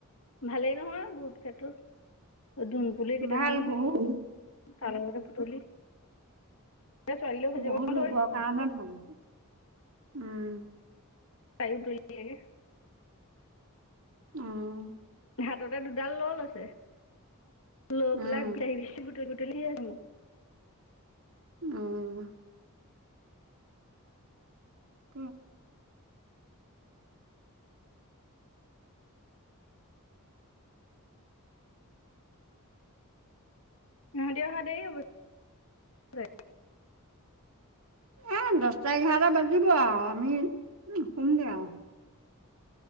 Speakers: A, on the left (about 65°); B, on the right (about 65°).
A: ভালেই নহয় বহুত ক্ষেত্ৰত। দুনপুলি কেইটামানো
B: ভাল বহুত
A: তাৰ লগতে বুটলি। ছোৱালীলৈও ভাজিব
B: বহুত ৰোগৰ
A: ধৰিছোঁ
B: কাৰণে ভাল, উম।
A: তাইয়ো বুতলি দিলেগে।
B: উম।
A: হাততে দুডাল লৈ লৈছে লৈ,
B: উম
A: পেলাই <unintelligible> তই বুটলিয়ে হল।
B: অ'। <unintelligible>
A: সিহতি অহা দেৰি ছাগে <unintelligible>
B: এ দচটা এঘাৰটা বাজিব আও আমি উম সোমগে আও।